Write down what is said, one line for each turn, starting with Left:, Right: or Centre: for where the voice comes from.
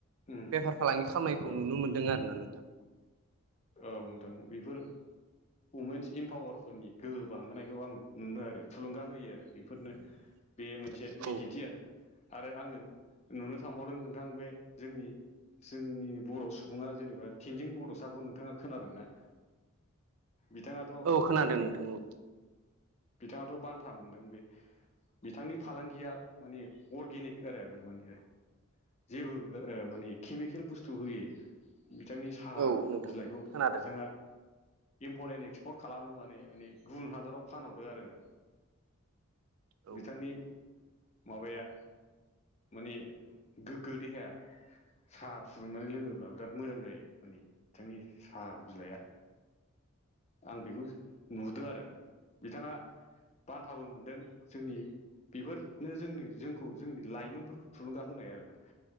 Left: उम
Right: बेफार फालांगि खामनायखौ
Left: औ
Right: नुनो मोन्दों आरो ना नोंथां
Left: औ नोंथां बेफोर वमेन्स इम्पावारफोरनि गोहो बांहोनायखौ आं नुनो आरो थुलुंगा होयो आरो बेफोरनो
Right: <inaudible>
Left: बे मोनसे
Right: औ
Left: बिदिन्थि आरो आरो आङो नुनो थांबावदों नोंथां बे जोंनि जोंनि बर' सुबुङा जेनेबा थेनजिं बड'साखौ नों थाङा खोनादोंना बिथाङा
Right: औ खोनादों नोंथां औ
Left: बिथाङाथ' बान्था मोनदों बे बिथांनि फालांगिया माने अर्गेनिक आरो ना माने जेबो माने केमिकेल बुस्थु होयै बिथांनि साहा
Right: औ नोंथां
Left: बिलाइखौ
Right: खोनादों
Left: बिथाङा इम्पर्ट एन्ड एक्सपर्ट खालामो माने माने गुबुन हादराव फानहरो आरोनो
Right: औ
Left: बिथांनि माबाया माने गोग्गो देहाया साहा फुदुंनानै लोङोब्ला बिराद मोजां जायो माने बिथांनि साहा बिलाइआ आं बेखौ नुदों आरो बिथाङा बान्थाबो मोनदों जोंनि बेफोरनो जोंनि जोंखौ जोंनि लाइमोनफोरखौ थुलुंगा होनाय आरोना